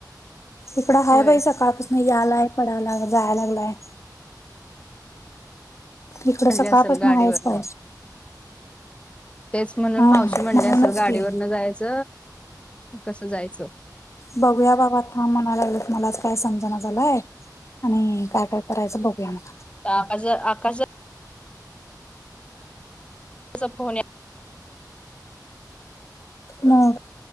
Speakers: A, on the left (about 40°); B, on the left (about 15°).
A: इकडं हाय
B: होय.
A: बाई सकाळ म यालाय पडायला लाग जायला लागलाय. इकड
B: म्हणले
A: सकाळ
B: असेल
A: पासन
B: गाडीवरनं.
A: आहेच पाऊस.
B: तेच म्हणून
A: हा
B: मावशी म्हणली
A: म्हणूनच
B: असल गाडीवरन
A: की
B: जायच कस जायच.
A: बघूया बाबा थाम म्हणा लागलत मला काय समजणा झालय आणि काय काय करायच बघूया मग.
B: का आकाश आकाश त्याचा फोन
A: नो